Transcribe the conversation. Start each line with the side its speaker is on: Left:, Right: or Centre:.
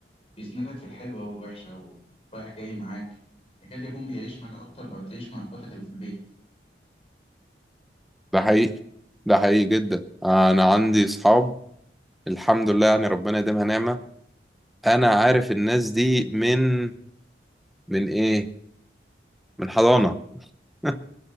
Left: بيسندك في الحلوة والوحشة ورايح جاي معاك يكاد يكون بيعيش معاك أكتر ما بتعيش مع إخواتك اللي في البيت
Centre: ده حقيقي ده حقيقي جدا انا عندي اصحاب الحمد لله يعني ربنا يديمها نعمة انا عارف الناس دي من من ايه من حضانة <laughs>